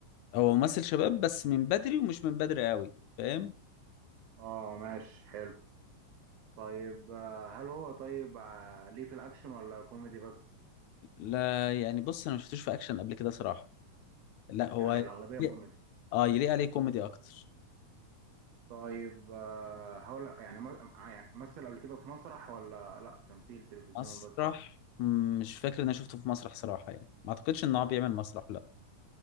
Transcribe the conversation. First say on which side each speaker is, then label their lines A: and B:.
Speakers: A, on the left (about 75°); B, on the right (about 60°).
A: هو ممثل شباب بس من بدري ومش من بدري قوي فاهم
B: اه ماشي حلو طيب آه، هل هو طيب آه، ليه في الاكشن ولا كوميدي بس
A: لا يعني بص انا ما شفتوش في اكشن قبل كده صراحة لا هو
B: يعني الاغلبية
A: يليق-
B: كوميدي
A: اه يليق عليه كوميدي اكتر
B: طيب آه، هقول يعني م- يعني مثل قبل كده في مسرح ولا لا تمثيل تلفزيون
A: مسرح
B: بس
A: مم، مش فاكر ان انا شفته في مسرح صراحة يعني ما اعتقدش ان هو بيعمل مسرح لا